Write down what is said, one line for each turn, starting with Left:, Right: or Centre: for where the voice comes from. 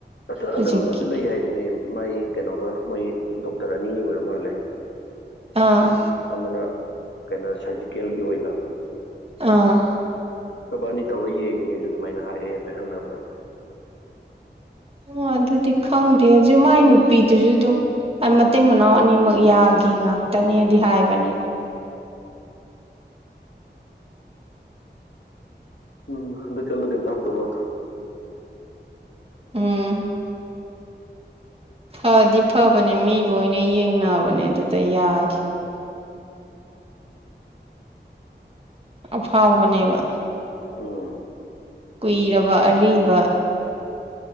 Left: ꯑ
Right: ꯍꯧꯖꯤꯛꯀꯤ
Left: ꯑꯗ ꯑꯃꯁꯨ ꯂꯩ ꯍꯥꯏꯕꯅꯦ ꯃꯥꯏ ꯀꯩꯅꯣꯒ ꯃꯣꯏ ꯗꯣꯛꯇꯔ ꯑꯅꯤ ꯑꯣꯏꯔ ꯃꯥꯜꯂꯦ
Right: ꯑꯥ
Left: ꯑꯃꯅ ꯀꯩꯅꯣ ꯁꯔꯖꯤꯀꯦꯜꯒꯤ ꯑꯣꯏꯕ
Right: ꯑꯥ
Left: ꯁꯕꯥꯅꯤ ꯇꯧꯔ ꯌꯦꯡꯉꯦꯁꯨ ꯑꯗꯨꯃꯥꯏꯅ ꯍꯥꯏꯑꯦ ꯍꯥꯏꯐꯦꯠ ꯊꯪꯅꯕꯗꯣ
Right: ꯎ ꯑꯗꯨꯗꯤ ꯈꯪꯗꯦ ꯍꯧ ꯃꯥꯏ ꯅꯨꯄꯤꯗꯨꯁꯨ ꯑꯗꯨꯝ ꯑꯩ ꯃꯇꯩ ꯃꯅꯥꯎ ꯑꯅꯤꯃꯛ ꯌꯥꯒꯤ ꯉꯇꯅꯦꯗꯤ ꯍꯥꯏꯕꯅꯦ
Left: ꯎꯝ ꯑꯗꯨꯗ ꯆꯦꯜꯂꯗ ꯏꯇ ꯍ ꯇꯧꯔ ꯑꯣꯏꯠꯇ
Right: ꯎꯝ ꯐꯗꯤ ꯐꯕꯅꯦ ꯃꯤ ꯂꯣꯏꯅ ꯌꯦꯡꯅꯕꯅꯦ ꯑꯗꯨꯗ ꯌꯥꯒꯦ ꯑꯐꯥꯎꯕꯅꯦꯕ
Left: ꯎꯝ
Right: ꯀꯨꯏꯔꯕ ꯑꯔꯤꯕ